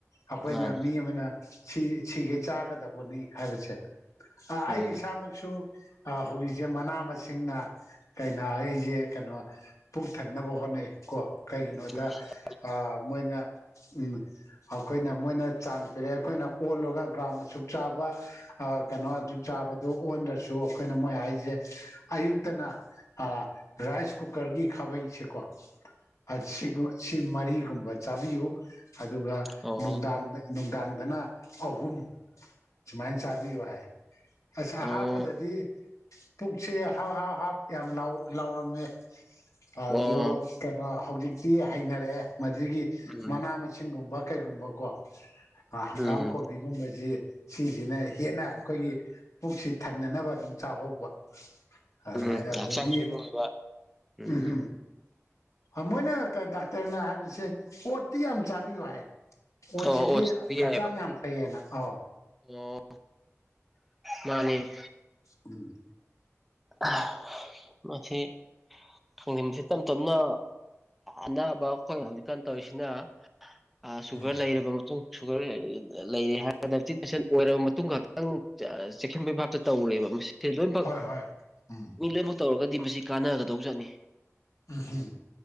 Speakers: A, on the left; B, in the centre.
A: ꯑꯈꯣꯏꯅ
B: ꯃꯥꯅꯤ
A: ꯃꯤ ꯑꯃꯅ ꯁꯤ ꯁꯤꯒꯩ ꯆꯥꯒꯗꯧꯕꯅꯤ ꯍꯥꯏꯕꯁꯦ ꯑꯥ
B: ꯎꯝ
A: ꯑꯩ ꯏꯁꯥꯃꯛꯁꯨ ꯑꯥ ꯍꯧꯖꯤꯛꯁꯦ ꯃꯅꯥ ꯃꯁꯤꯡꯅ ꯀꯩꯩꯅꯥꯒꯩꯖꯦ ꯀꯩꯅꯣ ꯄꯨꯛ ꯊꯟꯅꯕ ꯍꯣꯠꯅꯩ ꯀꯣ ꯀꯩꯒꯤꯅꯣꯗ
B: ꯍꯣꯏ ꯎꯝ ꯎꯝ
A: ꯑꯥ ꯃꯣꯏꯅ ꯎꯝ ꯑꯈꯣꯏꯅ ꯃꯣꯏꯅ ꯆꯥꯡ ꯄꯦꯔꯦ ꯑꯩꯈꯣꯏꯅ ꯑꯣꯜꯂꯨꯔꯒ ꯒ꯭ꯔꯥꯝꯅ ꯁꯨꯛ ꯆꯥꯕ ꯑ ꯀꯩꯅꯣ ꯑꯗꯨꯠ ꯆꯥꯕꯗꯨ ꯑꯣꯟꯗ꯭ꯔꯁꯨ ꯑꯩꯈꯣꯏꯅ ꯃꯣꯏ ꯍꯥꯏꯖ ꯖꯦ ꯑꯌꯨꯛꯇꯅ ꯑ ꯔꯥꯏꯁ ꯀꯨꯀꯔꯒꯤ ꯈꯥꯕꯩꯁꯦꯀꯣ ꯑꯁꯤꯒꯨꯝꯕ ꯁꯤ ꯃꯔꯤꯒꯨꯝꯕ ꯆꯥꯕꯤꯎ ꯑꯗꯨꯒ
B: ꯑꯣ
A: ꯅꯨꯡꯗꯥꯡꯗ ꯅꯨꯡꯗꯥꯡ ꯗꯅ ꯑꯍꯨꯝ ꯁꯨꯃꯥꯏꯅ ꯆꯥꯕꯤꯌꯨ ꯍꯥꯏ꯫ ꯑꯁ
B: ꯑꯣ
A: ꯑꯍꯥꯟꯕꯗꯗꯤ ꯄꯨꯛꯁꯦ ꯍꯥꯎ ꯍꯥꯎ ꯍꯥꯞ ꯌꯥꯝ ꯂꯥꯎ ꯂꯥꯎꯔꯝꯃꯦ꯫ ꯑꯗꯣ
B: ꯑꯣ
A: ꯀꯩꯅꯣ ꯍꯧꯖꯤꯛ ꯇꯤ ꯍꯩꯅꯔꯛꯑꯦ ꯃꯗꯨꯒꯤ
B: ꯎꯝ
A: ꯃꯅꯥ ꯃꯁꯤꯡꯒꯨꯝꯕ ꯀꯩꯒꯨꯝꯕꯀꯣ꯫ ꯍꯪꯒꯥꯝ
B: ꯎꯝ
A: ꯀꯣꯕꯤꯒꯨꯝꯕꯖꯤ ꯁꯤꯁꯤꯅ ꯍꯦꯟꯅ ꯑꯩꯈꯣꯏꯒꯤ ꯄꯨꯛꯁꯤ ꯊꯟꯅꯅꯕ ꯑꯗꯨꯝ ꯆꯥꯍꯧꯕ꯫ ꯑꯗꯨꯃꯥꯏꯅ
B: ꯎꯝ
A: ꯑꯗꯒꯤ
B: ꯍꯛꯆꯥꯡꯁꯨ ꯅꯨꯡꯉꯥꯏꯕ ꯎꯝ
A: ꯎꯝꯍꯨꯝ ꯑꯥ ꯃꯣꯏꯅꯀ ꯗꯥꯛꯇꯔꯅ ꯍꯥꯏꯕꯁꯦ ꯑꯣꯠꯇꯤ ꯌꯥꯝ ꯆꯥꯕꯤꯌꯨ ꯍꯥꯏ꯫ ꯑꯣꯠꯁꯤꯗꯤ
B: ꯑꯣ ꯑꯣꯠꯁꯇꯤ ꯌꯥꯏꯑꯕ
A: ꯍꯛꯆꯥꯡ ꯌꯥꯝ ꯐꯩꯌꯦꯅ ꯑꯣ꯫
B: ꯑꯣ ꯃꯥꯅꯤ
A: ꯎꯝ
B: ꯑ ꯃꯁꯤ ꯈꯥꯡꯖꯤꯝꯁꯦ ꯇꯞ ꯇꯞꯅ ꯑꯅꯥꯕ ꯑꯩꯈꯣꯏ ꯍꯧꯖꯤꯛꯀꯥꯟ ꯇꯧꯔꯤꯁꯤꯅ ꯑ ꯁꯨꯒꯔ
A: ꯎꯝ
B: ꯂꯩꯔꯕ ꯃꯇꯨꯡ ꯁꯨꯒꯔ ꯂꯩ ꯂꯩꯔꯦ ꯍꯥꯏꯒ <inaudible> ꯆꯤꯛꯁꯤꯟ ꯑꯣꯏꯔꯕ ꯃꯇꯨꯡ ꯈꯛꯇꯪ ꯆꯦꯛꯁꯤꯟꯕꯩ ꯚꯥꯞꯇ ꯇꯧꯔꯦꯕ ꯃꯁꯤ ꯂꯣꯏꯅꯃꯛ
A: ꯍꯣꯏ ꯍꯣꯏ ꯎꯝ
B: ꯃꯤ ꯂꯣꯏꯃꯛ ꯇꯧꯔꯒꯗꯤ ꯃꯁꯤ ꯀꯥꯟꯅꯒꯗꯧ ꯖꯥꯠꯅꯤ꯫
A: ꯎꯍꯨꯝ